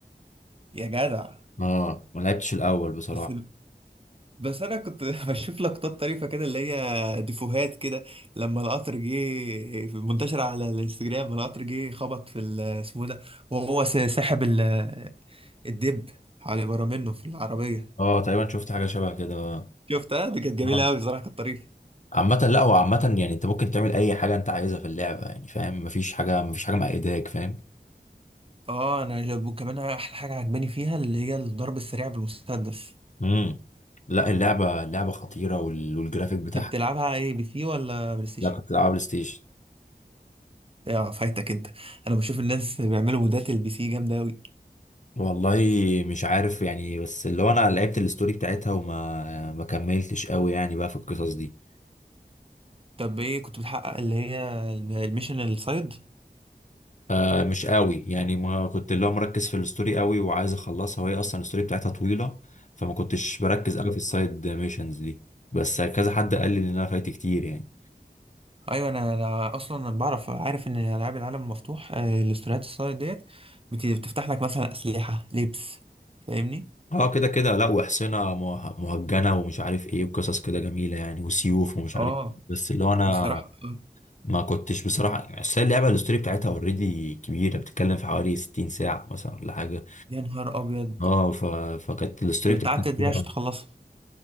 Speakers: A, on the right (about 35°); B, on the left (about 45°).
A: يا جدع
B: اه ما لعبتش الاول بصراحة
A: بس بس انا كنت <laughs> بشوف لقطات طريفه كده اللي هي ديفوهات كده لما القطر جه في- منتشر على الانستجرام لما القطر جه خبط في ال- اسمه ده وهو س- ساحب ال- الدب على بره منه في العربيه
B: اه تقريبا شفت حاجة شبه كده اه
A: شفتها دي كانت جميله
B: آه.
A: قوي بصراحه كانت طريفه
B: عامة لا هو عامة يعني انت ممكن تعمل اي حاجة انت عايزها في اللعبة يعني فاهم مفيش حاجة مفيش حاجة مقيداك فاهم
A: اه انا جاب كمان احلى حاجه عجباني فيها اللي هي الضرب السريع بالمسدس
B: امم لا اللعبة اللعبة خطيرة وال... والجرافيك بتاعها
A: انت بتلعبها ايه بي سي ولا بلاي ستيشن
B: لا كنت بلعبها بلاي ستيشن
A: اه فايتك انت انا بشوف الناس بيعملوا مودات البي سي جامده قوي
B: والله مش عارف يعني بس اللي هو انا لعبت الستوري بتاعتها وما ما كملتش قوي يعني بقى في القصص دي
A: طب ايه كنت بتحقق اللي هي الميشن السايد
B: آه مش قوي يعني ما كنت اللي هو مركز في الستوري قوي وعايز اخلصها وهي اصلا الستوري بتاعتها طويله فما كنتش بركز قوي في السايد ميشنز دي بس كذا حد قال لي ان انا فايت كتير يعني
A: ايوه انا انا اصلا انا بعرف عارف ان العاب العالم المفتوح آه، الاستوريات السايد ديت بت- بتفتح لك مثلا اسلحه لبس فاهمني
B: اه كده كده لا وحصنة مه- مهجنة ومش عارف ايه وقصص كده جميلة يعني وسيوف ومش عارف
A: اه
B: إيه. بس اللي هو انا
A: بصراحه آه،
B: ما كنتش بصراحة اصل هي اللعبة الستوري بتاعتها اوريدي كبيرة بتتكلم في حوالي 60 ساعة مثلا ولا حاجة
A: يا نهار ابيض
B: اه ف... فكانت الستوري
A: طب
B: بتاعتها
A: انت قعدت قد
B: كبيرة
A: ايه عشان
B: أوي.
A: تخلصها